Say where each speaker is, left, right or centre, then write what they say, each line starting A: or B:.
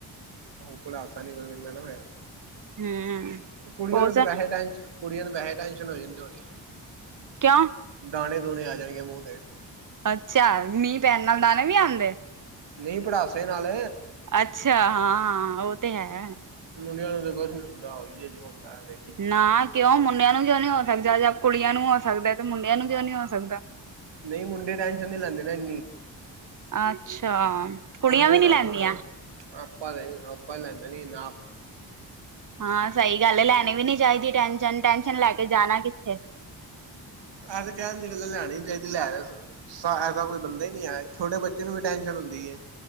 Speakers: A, on the right (about 70°); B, on the right (about 45°).
A: ਉਹ ਪੜਾਸਾਂ ਨੀਕਲ ਜਾਂਦਾ ਨਾ ਫੇਰ,
B: ਹਮ
A: ਕੁੜੀਆਂ
B: ਹੋਰ
A: ਨੂੰ ਤਾਂ
B: ਸ
A: ਵੈਸੇ ਟੈਸ਼ਨ ਕੁੜੀਆਂ ਨੂੰ ਵੈਸੇ ਹੈ ਟੈਂਸ਼ਨ ਹੋ ਜਾਂਦੀ ਹੋਣੀ ਆ।
B: ਕਿਉਂ?
A: ਦਾਣੇ-ਦੂਣੇ ਆ ਜਾਣਗੇ ਮੂੰਹ ਤੇ।
B: ਅੱਛਾ, ਮੀਂਹ ਪੈਣ ਨਾਲ ਦਾਣੇ ਵੀ ਆਂਦੇ।
A: ਨਹੀਂ ਪੜਾਸੇ ਨਾਲ।
B: ਅੱਛਾ, ਹਾਂ-ਹਾਂ ਉਹ ਤੇ ਹੈ।
A: ਮੁੰਡਿਆਂ ਨੂੰ ਤਾਂ ਕੁਛ ਨੀ ਹੁੰਦਾ ਉਹੀ ਜੇ ਜੋ ਹੁੰਦਾ ਹੈ ਵੇਖ
B: ਨਾ ਕਿਉਂ ਮੁੰਡਿਆਂ ਨੂੰ ਕਿਉਂ ਨੀ ਹੋ ਸਕਦਾ ਜੇ ਕੁੜੀਆਂ ਨੂੰ ਹੋ ਸਕਦਾ ਤੇ ਮੁੰਡਿਆਂ ਨੂੰ ਕਿਉਂ ਨੀ ਹੋ ਸਕਦਾ।
A: ਨਹੀਂ ਮੁੰਡੇ ਟੈਂਨਸ਼ਨ ਨੀ ਲੈਂਦੇ ਨਾ ਇੰਨੀ।
B: ਅੱਛਾ, ਕੁੜੀਆਂ
A: ਕੋਈ ਕੋਈ
B: ਵੀ ਨੀਂ
A: ਲੈਂਦਾ
B: ਲੈਂਦੀਆਂ।
A: ਹੋਣਾ। ਆਪਾਂ ਨੀ ਆਪਾਂ ਲੈਦਾ ਨੀ ਨਾ।
B: ਹਾਂ, ਸਹੀ ਗੱਲ ਏ ਲੈਣੀ ਵੀ ਨੀ ਚਾਹੀਦੀ ਟੈਨਸ਼ਨ, ਟੈਨਸ਼ਨ ਲੈ ਕੇ ਜਾਣਾ ਕਿੱਥੇ।
A: ਐ ਤੇ ਕਹਣ ਦੀ ਗੱਲਾ ਲੈਣੀ ਨੀ ਚਾਹੀਦੀ ਲੈ ਐਸਾ ਕੋਈ ਬੰਦਾ ਹੀ ਨਹੀ ਹੈਗਾ ਛੋਟੇ ਬੱਚੇ ਨੂੰ ਵੀ ਟੈਨਸ਼ਨ ਹੁੰਦੀ ਏ।